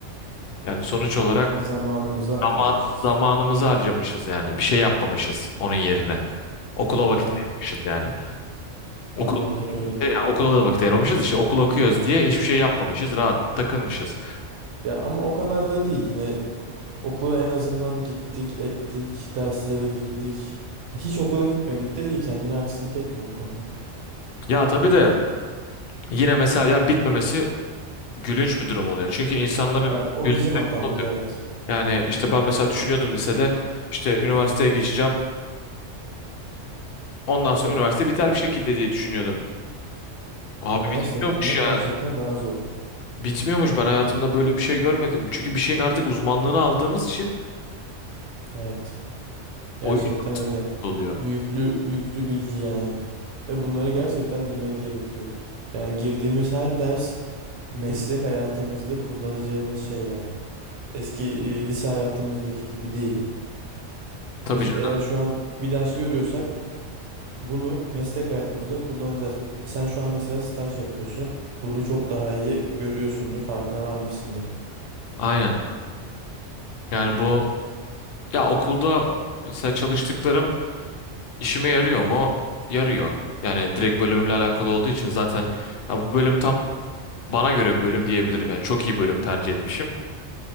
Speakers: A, on the left (about 60°); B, on the right (about 75°).
A: yani sonuç olarak
B: Zamanımızı harcamışız.
A: zaman, zamanımızı harcamışız yani. Bir şey yapmamışız onun yerine. Okula vakit
B: Evet,
A: ayırmışız yani. Okul,
B: tam olarak öyle.
A: e, yani okula da vakit ayırmamışız. işte okul okuyoruz diye hiçbir şey yapmamışız. Rahat takılmışız.
B: Ya ama o kadar da değil. Yine okula en azından gittik, ettik, derslere girdik. Hiç okula gitmedik de değil. Kendine haksızlık etme bu konuda.
A: Ya tabii de yine mesela ya bitmemesi gülünç bir durum oluyor. Çünkü insanların
B: Ya, o
A: gözünden
B: bizim hatamız
A: oluyor.
B: evet.
A: Yani işte ben mesela düşünüyordum lisede işte üniversiteye geçeceğim. Ondan sonra üniversite biter bir şekilde diye düşünüyordum. Abi
B: Üniversite
A: bitmiyormuş
B: bitirmek
A: yani.
B: gerçekten daha zor.
A: Bitmiyormuş. Ben hayatımda böyle bir şey görmedim. Çünkü bir şeyin artık uzmanlığını aldığımız için
B: Evet. Gerçekten
A: o iş
B: öyle.
A: oluyor.
B: Yüklü yüklü bilgi yani. Ve bunları gerçekten bilmek gerekiyor. Yani girdiğimiz her ders meslek hayatımızda kullanacağımız şeyler. Eski e, lise hayatımızdaki gibi değil.
A: Tabii
B: Biz
A: canım.
B: eğer şu an bir ders görüyorsak bunu meslek hayatımızda kullanacağız. Sen şu an mesela staj yapıyorsun. Bunu çok daha iyi görüyorsundur, farkına varmışsındır.
A: Aynen. Yani bu ya okulda mesela çalıştıklarım işime yarıyor mu? Yarıyor. Yani direkt bölümümle alakalı olduğu için zaten ya bu bölüm tam bana göre bir bölüm diyebilirim. Yani çok iyi bölüm tercih etmişim.